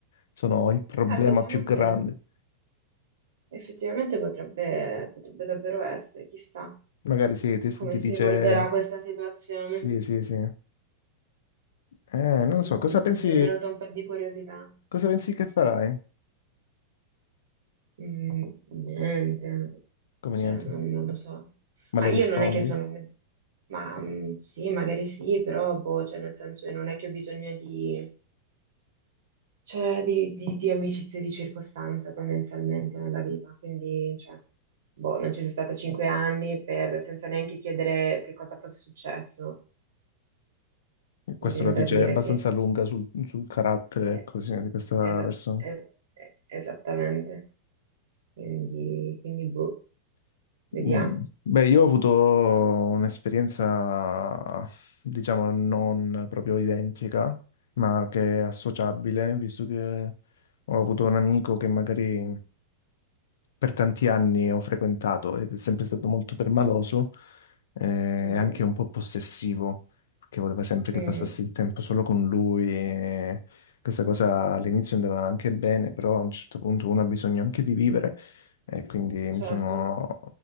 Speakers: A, on the left (about 80°); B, on the right (about 80°).
A: sono il problema
B: Ah, effettivamente,
A: più grande.
B: effettivamente potrebbe, potrebbe davvero essere, chissà
A: Magari sì, ti,
B: come
A: ti
B: si
A: dice
B: evolverà questa situazione.
A: sì, sì, sì. Eh, non lo
B: Mm,
A: so, cosa
B: Adesso
A: pensi,
B: mi è venuta un po' di curiosità.
A: cosa pensi che farai?
B: Mm, niente,
A: Come
B: cioè
A: niente,
B: non, non lo so.
A: ma
B: Ma
A: le
B: io
A: rispondi?
B: non è che sono... un- Ma mm, sì, magari sì, però boh, cioè nel senso non è che ho bisogno di, cioè, di, di, di amicizie di circostanza tendenzialmente nella vita, quindi cioè, boh, non ci sono stata cinque anni per, senza neanche chiedere che cosa fosse successo,
A: Questo
B: mi viene
A: la
B: da
A: dice
B: dire
A: abbastanza
B: che...
A: lunga sul, sul carattere,
B: eh,
A: ecco, sì, di questa
B: esa-
A: persona.
B: es- eh, esattamente, quindi, quindi boh, vediamo.
A: Mm, Beh, io ho avuto un'esperienza, diciamo, non proprio identica, ma che è associabile, visto che ho avuto un amico che magari per tanti anni ho frequentato ed è sempre stato molto permaloso eh,
B: Mm,
A: e anche un po' possessivo, perché voleva sempre
B: mm,
A: che passassi il tempo solo con lui. e questa cosa all'inizio andava anche bene, però a un certo punto uno ha bisogno anche di vivere e quindi
B: certo.
A: mi sono,